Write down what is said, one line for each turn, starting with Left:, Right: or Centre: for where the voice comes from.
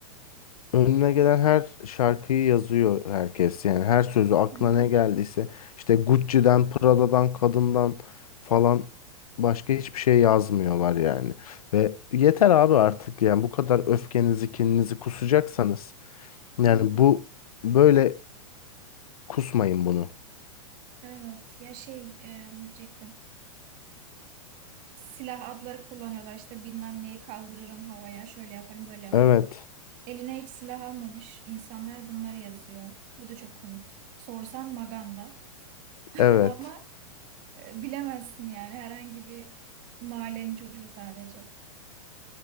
Left: Önüne gelen her şarkıyı yazıyor herkes. Yani her sözü aklına
Right: Hı hı.
Left: ne geldiyse işte Gucci'den, Prada'dan, kadından falan başka hiçbir şey yazmıyorlar yani. Ve yeter abi artık yani bu kadar öfkenizi, kininizi kusacaksanız yani
Right: Hı hı.
Left: bu böyle kusmayın bunu.
Right: Evet ya şey e, ne diyecektim. Silah adları kullanıyorlar işte bilmem neyi kaldırırım havaya şöyle yaparım böyle yaparım.
Left: Evet.
Right: Eline hiç silah almamış insanlar bunları yazıyor. Bu da çok komik. Sorsan Maganda <laughs>
Left: Evet.
Right: ama e, bilemezsin yani herhangi bir mahallenin çocuğu sadece.